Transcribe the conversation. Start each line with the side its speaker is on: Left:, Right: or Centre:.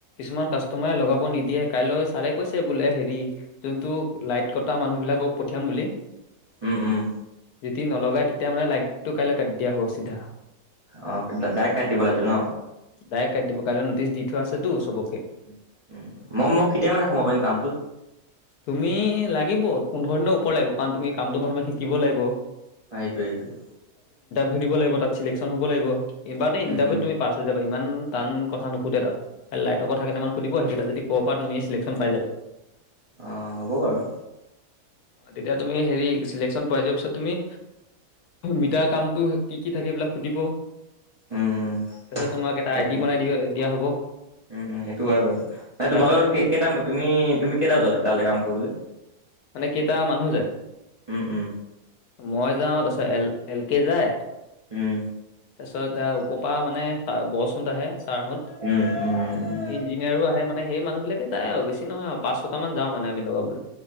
Left: কিছুমান কাষ্টমাৰে লগাব নিদিয়ে কাইলৈ ছাৰে কৈছে বোলে হেৰি যোনটো লাইট কটা মানুহ বিলাকক পঠিয়াম বুলি।
Right: উম উম।
Left: যেতিদি নলগাই তেতিয়া মানে লাইটটো কাইলৈ কাটি দিয়া হ'ব চিধা।
Right: অ ডাইৰেক্ট কাটি দিব লাইটো ন
Left: ডাইৰেক্ট কাটি দিব কাইলৈ নটিচ দি থোৱা আছেতো চবক
Right: উ উ মই মই কেতিয়া মানে সোমাব পাৰিম কামটোত?
Left: তুমি লাগিব পোন্ধৰ দিনৰ ওপৰ লাগিব কাৰণ তুমি কামটো প্ৰথমে শিকিব লাগিব।
Right: সেইটোৱে এইটোৱে।
Left: সুধিব লাগিব তাত, চিলেকচন হব লাগিব, এবাৰতে ইণ্টাৰভিউত
Right: উম উম
Left: তুমি পাছ হৈ যাব। ইমান টান কথা নুসুধে তাত। খাল লাইটৰ কথা কেইটামান সুধিব সেইকেইটা যদি ক'ব প পৰা তুমি চিলেকশ্যন পাই যাবা।
Right: অঁ হ'ব বাৰু।
Left: তেতিয়া তুমি হেৰি চিলেকশ্যন পাই যোৱাৰ পিছত তুমি মিটাৰ কামটো কি কি থাকে এইবিলাক সুধিব।
Right: উম উম।
Left: তাৰপিছত তোমাক এটা
Right: সেইটো
Left: আই ডি বনাই দা দিয়া হ'ব।
Right: উম উম সেইটো হয় বাৰু ন
Left: তাৰপিছত
Right: তোমালোকৰ
Left: তুমি
Right: কেই টাইম তুমি তুমি কেইটা যোৱা তালে কাম কৰিবলৈ?
Left: মানে মানুহ যায়
Right: উম উম
Left: মই যাও তাৰচত এল এল কে যায়।
Right: উম
Left: তাৰপিছত এ ওপপা মানে গছ হুন্তাহে চাৰহত
Right: উম উম উম
Left: ইঞ্জিনিয়াৰো আহে মানে সেই মানুহ বিকে যায় আৰু বেছি নহয়। পাঁচ ছট মান যাওঁ মানে আমি লগাবলৈ।